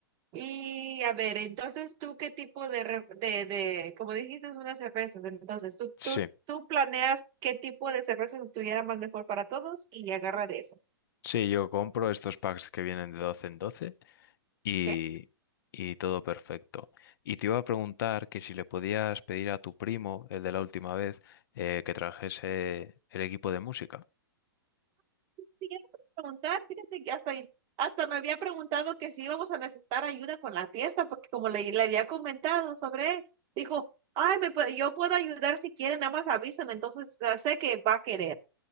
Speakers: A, on the right; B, on the left.
A: Y a ver, entonces tú qué tipo de, re- de, de como dijiste, unas cervezas, entonces tú,
B: Sí,
A: tú, tú planeas qué tipo de cervezas estuviera más mejor para todos y agarra de esas.
B: sí, yo compro estos packs que vienen de 12 en 12. y,
A: ¿ok?
B: y todo perfecto. Y te iba a preguntar que si le podías pedir a tu primo, el de la última vez, eh, que trajese el equipo de música.
A: Sí, yo te iba a preguntar, fíjate que hasta, hasta me había preguntado que si íbamos a necesitar ayuda con la fiesta, porque como le, le había comentado sobre él, dijo, ay, me, puede- yo puedo ayudar si quieren, nada más avísame, entonces ah, sé que va a querer.